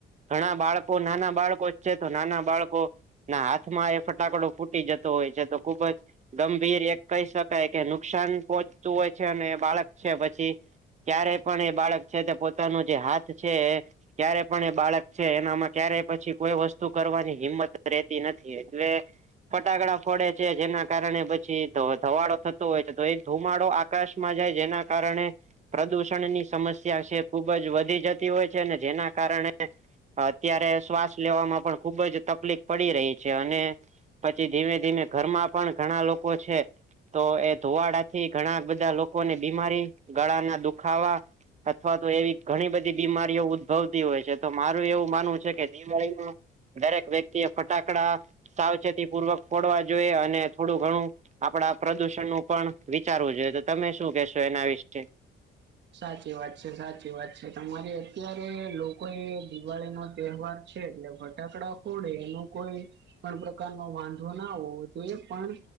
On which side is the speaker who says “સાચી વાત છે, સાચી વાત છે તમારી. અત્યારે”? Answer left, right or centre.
Right